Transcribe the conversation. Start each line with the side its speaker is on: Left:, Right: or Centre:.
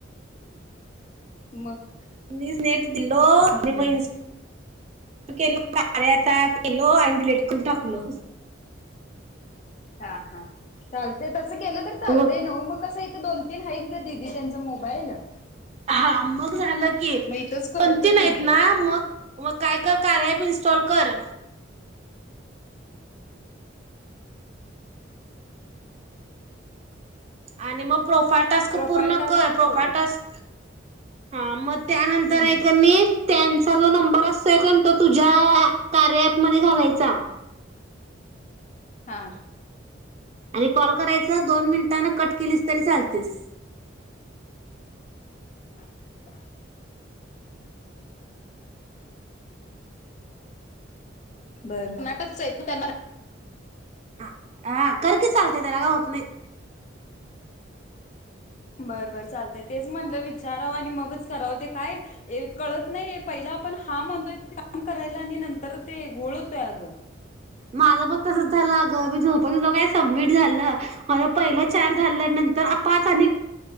Left: मग.
Right: मीच नेट दिलो आणि
Left: हम्म
Right: मग इस केलो. कार्याचा अँप दिलो, आणि ते डिलिट करून टाकलो.
Left: हा हा चालते. तसं केलं तर चालतेय
Right: मग
Left: नव्ह मग कस दोन तीन हाईत ग दिदी त्यांच मोबाईल ल.
Right: हा मग झालं की दोन
Left: इथंच करतो
Right: तीन
Left: की
Right: आहीत
Left: मी
Right: ना मग. मग काय कर कार्या ऍप इन्स्टॉल कर. आणि म प्रोफाल टास्क
Left: प्रोफाईल
Right: पूर्ण
Left: टास्क
Right: कर, प्रोफाल
Left: पूर्ण
Right: टास्क.. हा म! त्यानंतर
Left: हम्म
Right: एक मी. त्यांचा जो नंबर असतोय कान तो तुझ्या कार्या एप मध्ये घालायचा.
Left: हां
Right: आणि कॉल करायचं दोन मिनिटांनं कट केलीस तरी चालतीस.
Left: <inaudible> बर नाटकच येत ना त्यांना
Right: हां, हा करकी चालतंय त्याला काय होत नाही.
Left: बर बर चालते, तेच म्हटलं विचारावं आणि मगच करावं ते काय ए कळत नाहीये पहिला आपण हान म्हणतोय ते काम करायला आणि नंतर ते घोळ होतय आगं.
Right: माझं प तसच तला आगं, मी झोपत होतं काय सब्मिट झालं. हंओ पहिला चार झाल्यानंतर पाच आणि